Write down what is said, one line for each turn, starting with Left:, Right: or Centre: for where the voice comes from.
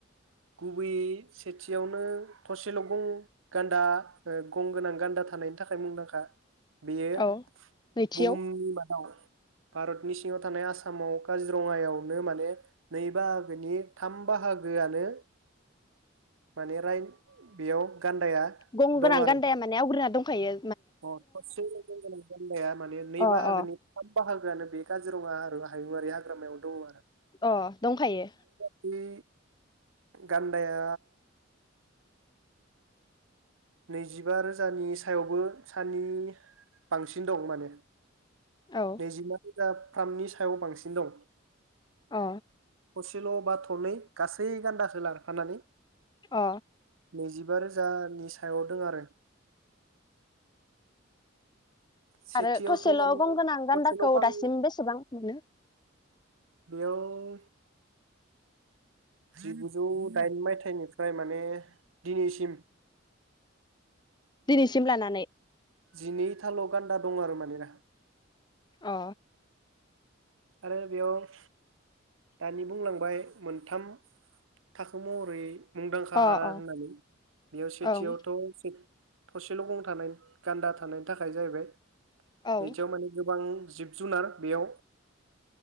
Right: गुबैयै सेथियावनो थसेल' गं गान्दा ओ गं गोनां गान्दा थानायनि थाखाय मुंदांखा । बेयो
Left: औ नैथियाव
Right: बुहुमनि मादाव भारत नि सिङाव थानाय आसामाव काजिरङायावनो माने नै बाहागोनि थाम बाहागोआनो माने राइ बेयाव गान्दाया
Left: गं
Right: दं
Left: गोनां
Right: आरो
Left: गान्दाया माने आवग्रिना दं । खायो
Right: अ थसेल गं गोनां गान्दाया माने नै
Left: अ
Right: बाहागोनि
Left: अ
Right: थाम बाहागोआनो बे काजिरङा आरो हायुंआारि हाग्रामायाव दङ आरो
Left: अ दंखायो।
Right: बे गान्दाया नैजिबा रोजानि सायावबो सानि बांसिन दं माने।
Left: औ
Right: नैजिमादि जा थामनि सायाव बांसिन दं।
Left: अ
Right: सेल' बा थनै गासै गान्दाखो लांफानानै
Left: अ
Right: नैजिबा रोजानि सा सायाव दों आरो। सेथियावथ'
Left: आरो थसेल'
Right: माने
Left: गं गोनां गान्दाखौ
Right: थसेल' गां
Left: दासिम बेसेबां मोनो?
Right: बेयाव जिगुजौ दाइन मायथाइनिफ्राय माने दिनैसिम
Left: दिनैसिम लानानै
Right: जिनै थाल' गान्दा दं आरो माने दा।
Left: अ
Right: आरो बेयाव दानि बुंलांबाय मोनथाम थाखो महरै मुंदांखा
Left: अ
Right: होननानै
Left: अ
Right: बेयाव सेथियावथ'
Left: ओं
Right: थसेल' गं थानाय गान्दा थानायनि थाखाय जाहैबाय
Left: औ
Right: नैथियाव माने गोबां जिब जुनार बेयाव